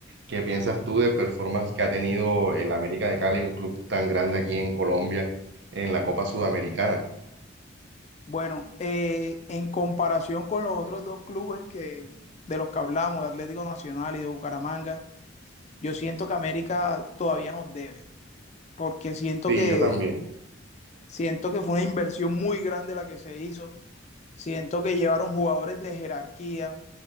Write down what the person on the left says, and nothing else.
Bueno, eh, en comparación con los otros dos clubes que, de los que hablamos, de Atlético Nacional y de Bucaramanga, yo siento que América todavía nos debe, porque siento
que,
siento que fue una inversión muy grande la que se hizo. Siento que llevaron jugadores de jerarquía,